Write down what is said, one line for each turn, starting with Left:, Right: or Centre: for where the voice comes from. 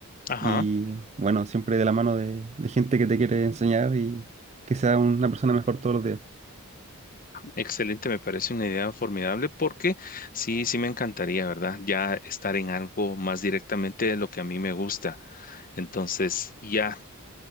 Left: Ajá.
Right: y bueno, siempre de la mano de, de gente que te quiere enseñar y que sea una persona mejor todos los días.
Left: Excelente, me parece una idea formidable porque sí, sí me encantaría, ¿verdad? Ya estar en algo más directamente de lo que a mí me gusta. Entonces, ya